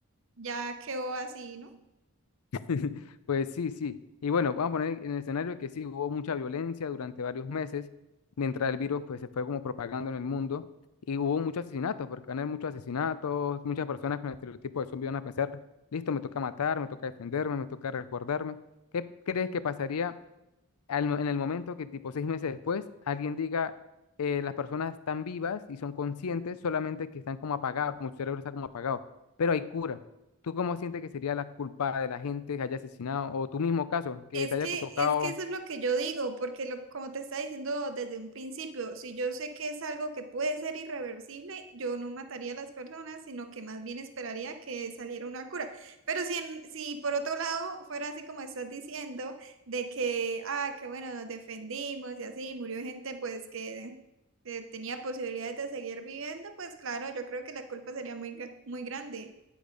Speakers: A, on the right; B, on the left.
A: ya quedó así, ¿no?
B: <laughs> Pues sí, sí. Y bueno, vamos a poner en el escenario que sí, hubo mucha violencia durante varios meses, mientras el virus pues se fue como propagando en el mundo. Y hubo muchos asesinatos, porque van a haber muchos asesinatos, muchas personas con el estereotipo de zombie van a pensar, listo, me toca matar, me toca defenderme, me toca resguardarme. ¿Qué crees que pasaría? al mo- en el momento que tipo seis meses después alguien diga, eh, las personas están vivas y son conscientes, solamente que están como apagadas, como su cerebro está como apagado, pero hay cura. ¿Tú cómo sientes que sería la culpa de la gente que haya asesinado o tu mismo caso, que
A: Es
B: te
A: que,
B: haya tocado
A: es que eso es lo que yo digo, porque lo, como te estaba diciendo desde un principio, si yo sé que es algo que puede ser irreversible, yo no mataría a las personas, sino que más bien esperaría que saliera una cura. Pero si, en- si por otro lado fuera así como estás diciendo, de que, ah, que bueno, nos defendimos y así, murió gente pues que eh, tenía posibilidades de seguir viviendo, pues claro, yo creo que la culpa sería muy, gra- muy grande.